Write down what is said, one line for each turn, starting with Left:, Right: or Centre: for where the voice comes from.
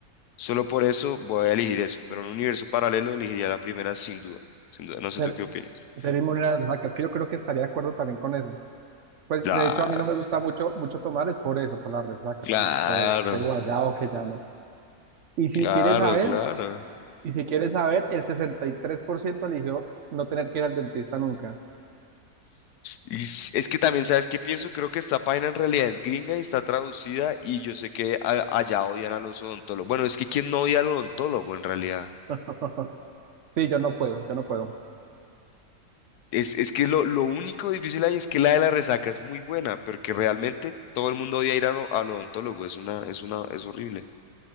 Left: Solo por eso voy a elegir eso, pero en un universo paralelo elegiría la primera sin duda, sin duda. No sé
Right: ser,
Left: tú qué opinas.
Right: ser inmune a la resaca. Es que yo creo que estaría de acuerdo también con eso. Pues
Left: Claro,
Right: de hecho a mí no me gusta mucho, mucho tomar, es por eso, por la resaca,
Left: claro,
Right: por ese guayabo que llaman. Y
Left: claro,
Right: si quieres saber,
Left: claro.
Right: y si quieres saber, el 63% eligió no tener que ir al dentista nunca.
Left: Y s- es que también, ¿sabes qué pienso? Creo que esta página en realidad es gringa y está traducida y yo sé que a- allá odian a los odontólogos. Bueno, es que ¿quién no odia al odontólogo en realidad?
Right: <laughs> Sí, yo no puedo, yo no puedo.
Left: Es, es que lo, lo único difícil ahí es que la de la resaca es muy buena, pero que realmente todo el mundo odia ir a lo- al odontólogo. Es una, es una, es horrible.